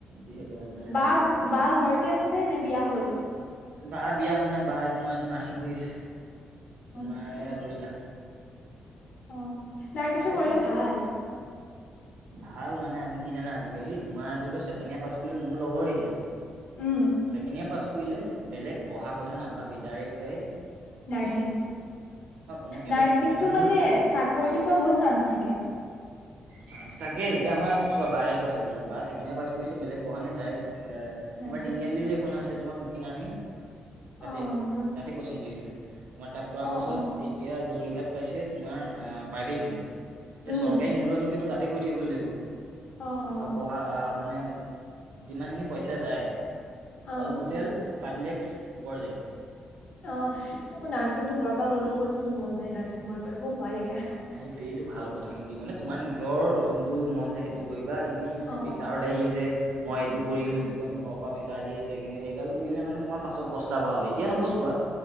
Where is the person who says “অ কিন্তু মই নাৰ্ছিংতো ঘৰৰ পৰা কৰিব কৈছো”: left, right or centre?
Left